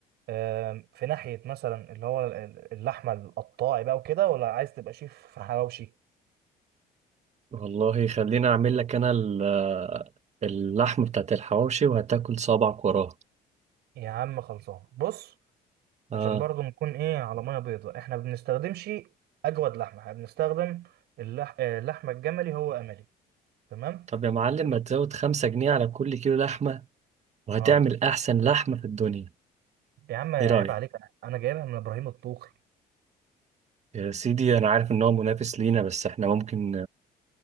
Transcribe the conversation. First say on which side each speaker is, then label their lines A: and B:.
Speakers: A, on the right; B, on the right.
A: آه في ناحيه مثلا اللي هو ال- ال- اللحمه القطاعي بقى وكده ولا عايز تبقى شيف في حواوشي
B: والله خليني اعمل لك انا ال- آه، اللحم بتاعت الحواوشي وهتاكل صابعك وراها
A: يا عم خلصان بص
B: اه
A: عشان برضو نكون ايه على ميه بيضاء احنا ما بنستخدمش اجود لحمه احنا بنستخدم اللح... آه، اللحمه الجملي هو املي تمام
B: طب يا معلم
A: نب...
B: ما تزود خمسة جنيه على كل كيلو لحمة وهتعمل
A: اه
B: احسن لحمة في الدنيا
A: يا عم عيب
B: ايه رأيك
A: عليك انا أنا جايبها من ابراهيم الطوخي
B: يا سيدي انا عارف ان هو منافس لينا بس احنا ممكن